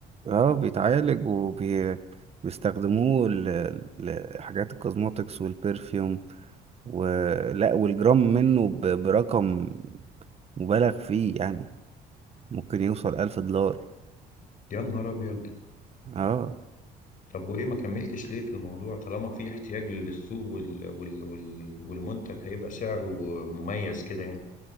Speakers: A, on the right; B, on the left.
A: اه بيتعالج وبيستخدموه لحاجات الكوزموتكس والبرفيوم ولا والجرام منه ب- برقم مبالغ فيه يعني ممكن يوصل ألف دولار
B: يا نهار ابيض
A: اه
B: طب وايه ما كملتش ليه في الموضوع طالما في احتياج للسوق وال... وال... وال... والمنتج هيبقى سعره مميز كده يعني